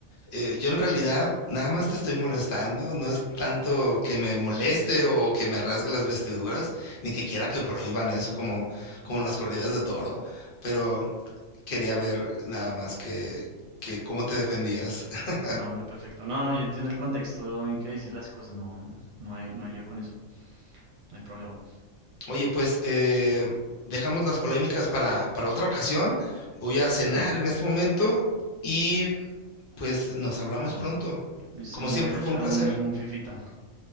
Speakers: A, on the left (about 60°); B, on the right (about 75°).
A: Eh, yo en realidad nada más te estoy molestando, no es tanto que me moleste o que me rasgue las vestiduras, ni que quiera que
B: Claro.
A: prohíban eso como, como las corridas de toro, pero quería ver nada más que, que cómo te defendías. <laughs>
B: No, hombre, perfecto. No, no, yo entiendo el contexto en que dices las cosas. No, no hay, no hay lío con eso. No hay problema.
A: Oye, pues eh, dejamos las polémicas para, para otra ocasión. Voy a cenar
B: Claro,
A: en este momento y pues nos hablamos
B: claro.
A: pronto.
B: Listo,
A: Como
B: yo
A: siempre
B: me voy a ir a
A: fue
B: echar
A: un placer.
B: un, un fifita.